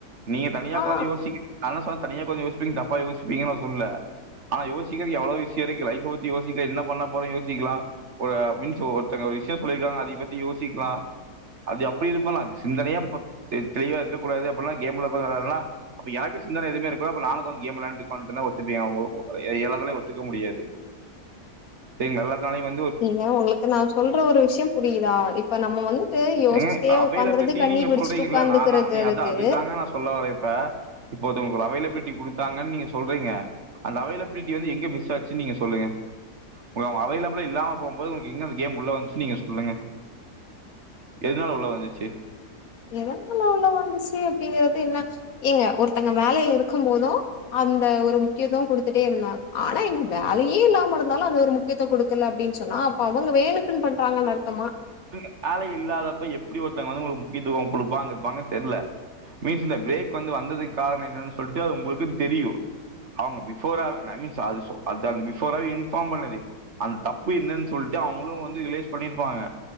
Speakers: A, on the right; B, on the left.
A: நீங்க தனியா ஒக்காந்து
B: ஆ
A: யோஷ்ச் நா என்ன சொல்றே தனியா ஒக்காந்து யோசிப்பிங்க தப்பா யோசிப்பீங்கன்னு நா சொல்ல ஆனா யோசிக்கிறதுக்கு எவ்ளோ விஷயோ இருக்கு லைஃப்அ பத்தி யோசிக்க என்ன பண்ண போறே யோசிக்கலா ஒரு மின்சோ ஒருத்தங்க ஒரு விஷயோ சொல்லிருக்காங்க அத பத்தி யோசிக்கலா அது அப்டி இது பண்ணலா சிந்தனையா இப்ப தெளிவா இருக்கூடாது அப்டின்னா கேம்ல தா வெளாட்லா அப்ப எனக்கு சிந்தனை எதுமே இருக்குகூடாது அப்ப நானு வந்து ஒக்காந்து கேம் வெளாண்டு ஒத்துபியா யாராலயு ஒத்துக்க முடியாது செரி நல்லா தானே இவன்
B: ஏங்க ஒங்களுக்கு நா சொல்ற ஒரு விஷயம் புரிதா இப்ப நம்ப வந் ட்டு யோஷ்ச்சிட்டே
A: ஏங்க அவைலபிலிட்டி
B: ஒக்காந்துறது கண்ணீர்
A: நீங்க
B: வடிச்சிட்டு
A: சொல்றீங்கல்ல
B: ஒக்காந்துறக்கனகனக்கு
A: நான் தான் நீ அதான் அதுதாங்க நான் சொல்ல வரே இப்ப இப்போது ஒரு அவைலபிலிட்டி குடுத்தாங்கன்னு நீங்க சொல்றீங்க அந்த அவைலபிலிட்டி வந்து எங்க மிஸ் ஆச்சின்னு நீங்க சொல்லுங்க ஒரு அவன் அவைலபிலா இல்லாம போம்போது உங்ளுக்கு எங்க அந்த கேம் உள்ள வந்துச்சி நீங்க சொல்லுங்க எதுனால உள்ள வந்துச்சி
B: எதுனால உள்ள வந்துச்சி அப்டிங்கிறது என்னா ஏங்க ஒருத்தங்க வேலைல இருக்கும் போது அந்த ஒரு முக்கியத்துவோ குடுத்துட்டே இருந்தா ஆனா எனக்கு வேலையே இல்லாம இருந்தாலு அந்த ஒரு முக்கியதுவ குடுக்கல அப்டின்னு சொன்னா அப்ப அவங்க வேணுகுனு பண்றாங்கன்னு அர்த்தமா
A: ம் ஆளே இல்லாதப்ப எப்டி ஒருத்வங்க வந்து உங்களுக்கு முக்கியத்துவம் குடுப்பாங்க இருப்பாங்க தெர்ல மீன்ஸ் ல பிரேக் வந்து வந்ததுக்கு காரணம் என்னன்னு சொல்லிட்டு அது உங்களுக்கும் தெரியும் அவூங்க பிபோராவே நா இன்னும் சாரி சோ அது பிபோர்ராவே இன்ஃபார்ம் பண்ணது அந் தப்பு என்னன்னு சொல்ட் ட்டு அவுங்களும் வந்து ரிலைஷ் பண்ணிருப்பாங்க